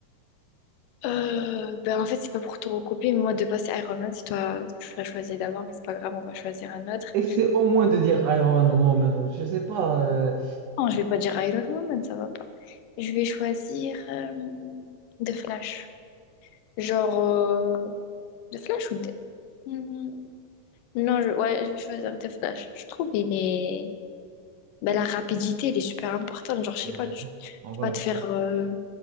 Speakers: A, on the left; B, on the right.
A: Euh, ben en fait, c'est pas pour te recopier, mais moi de base, c'est Iron Man, c'est toi, tu l'as choisi d'abord, mais c'est pas grave, on va choisir un autre.
B: Essaie au moins de dire Iron Woman. Je sais pas. euh,
A: Non, je vais pas dire Iron Woman, ça va pas. Je vais choisir euh, The Flash. Genre, euh, The Flash ou The... Hmm, Non, je... ouais, je vais choisir The Flash. Je trouve il est... ben, la rapidité, elle est super importante. Genre, je
B: euh,
A: sais pas, tu, tu
B: en vrai,
A: vas te faire, euh,